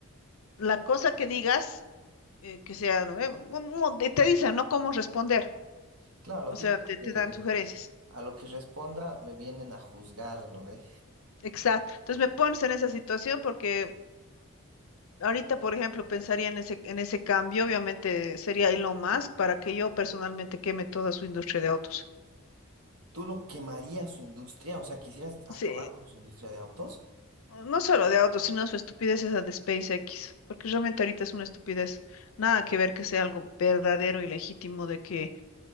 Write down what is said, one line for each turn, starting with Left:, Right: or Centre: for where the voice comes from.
Left: la cosa que digas, eh, que sea, ¿no ve? Un- un- Te dicen, ¿no? Cómo responder.
Right: claro, lo
Left: O
Right: típico
Left: sea, te, te
Right: de-
Left: dan sugerencias.
Right: a lo que responda me vienen a juzgar, ¿no ve?
Left: Exacto. Entonces me pones en esa situación porque ahorita, por ejemplo, pensaría en ese, en ese cambio, obviamente sería Elon Musk para que yo personalmente queme toda su industria de autos.
Right: ¿Tú lo quemarías su industria? O sea, ¿quisieras acabar
Left: Sí,
Right: con su industria de autos?
Left: no solo de autos, sino su estupidez esa de SpaceX, porque realmente ahorita es una estupidez. Nada que ver que sea algo verdadero y legítimo de que,